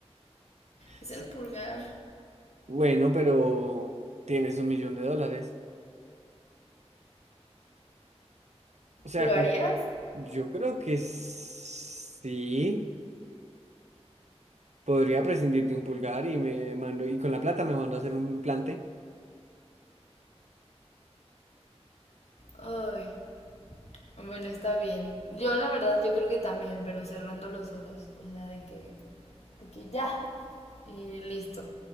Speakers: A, on the left (about 70°); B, on the right (about 80°).
A: Es
B: Sí.
A: el pulgar.
B: Bueno, pero tienes un millón de dólares. O sea,
A: ¿Lo harías?
B: con- yo creo que sí. Podría prescindir de un pulgar y me mando, y con la plata me mando a hacer un implante.
A: Ay, bueno, está bien. Yo la verdad, yo creo que también, pero cerrando los ojos. O sea, de que, de que ya. Y listo.